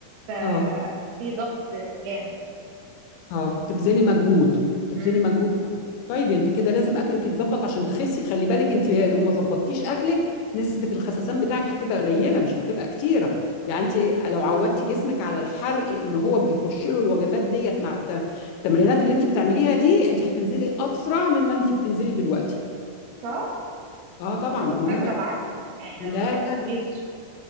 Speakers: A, on the right; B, on the left.
A: ففي
B: اه
A: ضغط جامد
B: اه تبذلي مجهود تبذلي
A: امم
B: مجهود طيب يعني انت كده لازم اكلك يتظبط عشان تخسي خلي بالك انت لو ما ظبطتيش اكلك نسبة الخسسان بتاعك هتبقى قليلة مش هتبقى كتيرة يعني انت لو عودتي جسمك على الحرق ان هو بيخش له الوجبات ديت مع الت- التمرينات اللي انت بتعمليها دي انت هتنزلي اسرع مما انت بتنزلي دلوقتي
A: صح
B: اه طبعا
A: انا كنت
B: مهم
A: فاكرة العكس يعني
B: لا
A: لما ما تاكليش